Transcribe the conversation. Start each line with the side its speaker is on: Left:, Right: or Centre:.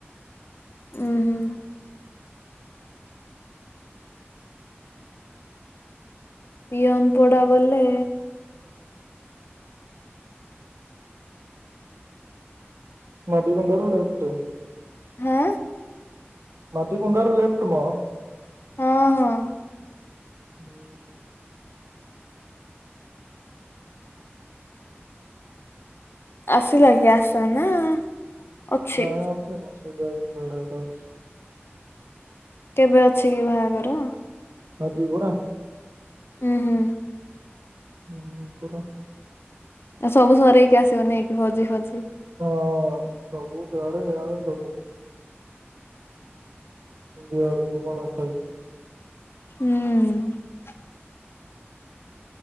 Left: ଉୁଁ ହୁଁ। ପିଅନ ପୋଡା ବଲେ।
Right: ନଦ କଣ୍ଡାର ଲ ଏଟ।
Left: ହଁ।
Right: ମାଟି କୁଣ୍ଡାରୁ ଲେଫ୍ଟ ମ।
Left: ହଁ ହଁ।
Right: ହୁଁ।
Left: ଆସିଲା କିି ଆସ ନା। ଅଛି
Right: ନ ଆସନ। ସେ ତ। ବଡ଼ା ରଛି।
Left: କେବେ ଅଛି କି ବାହାଘର।
Right: ଯବରା।
Left: ହୁଁ ହୁଁ।
Right: ହୁଁ ପୁର।
Left: ଆଉ ସବୁ ସରୋଇକି ଆସିବନକି ଭଜି ଫଜି।
Right: ହଁ ସବୁ ଜଡେ ଆାଡେ ସବୁ। ମୁୁଆ ଆ ଦୁବାନ ଖାଇ।
Left: ହୁଁ।